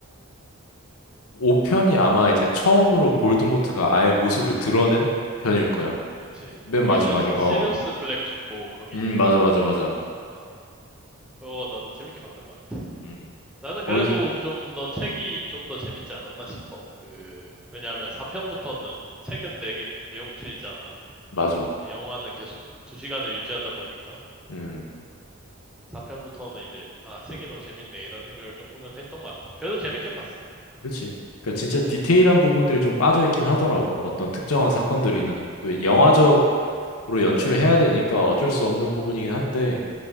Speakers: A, on the left; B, in the centre.
A: 5편이 아마 이제 처음으로 볼드모트가 아예 모습을 드러낸 편일 거야
B: 그치.
A: 맨
B: 거기서
A: 마지막에
B: 시리우스
A: 어
B: 블랙 죽고 거기지.
A: 음 맞아 맞아 맞아
B: 어. 그거 나도 재밌게 봤던 것 같아.
A: 음
B: 나는
A: 거기서
B: 그래도 좀 더 책이 좀 더 재밌지 않았나 싶어. 그, 왜냐하면 4편부터는 책은 내게, 내용이 길잖아.
A: 맞아
B: 근데 영화는 계속 2시간을 유지하다 보니까
A: 음
B: 4편부터는 이제, 아, 책이 더 재밌네. 이런 생각을 조금은 했던 것 같아. 그래도 재밌게 봤어.
A: 그렇지. 그러니까 진짜 디테일한 부분들이 좀 빠져있긴 하더라고. 어떤 특정한 사건들이나 또 영화적으로 연출을 해야 되니까 어쩔 수 없는 부분이긴 한데